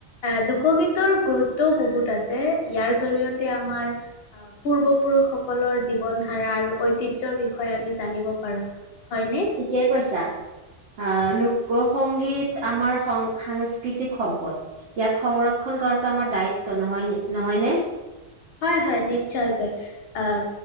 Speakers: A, on the left (about 60°); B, on the right (about 70°).
A: এ লোকগীতৰ গুৰুত্বও বহুত আছে। ইয়াৰ জৰিয়তে আমাৰ পূৰ্বপুৰুষসকলৰ জীৱন ধাৰা আৰু ঐতিহ্যৰ বিষয়ে আমি জানিব পাৰো। হয়নে?
B: ঠিকেই কৈছা। আহ, লোক সংগীত আমাৰ সং- সাংস্কৃতিক সম্পদ। ইয়াক সংৰক্ষণ কৰাটো আমাৰ দায়িত্ব নহয় ন, নহয় নে?
A: হয়-হয় নিশ্চয়কৈ আহ।